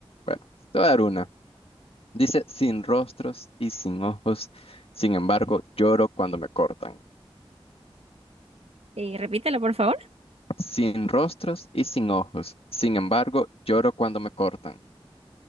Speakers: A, on the left; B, on the right.
A: Bueno, te voy a dar una. Dice, sin rostros y sin ojos, sin embargo, lloro cuando me cortan.
B: Eh, repítelo, por favor.
A: Sin rostros y sin ojos, sin embargo, lloro cuando me cortan.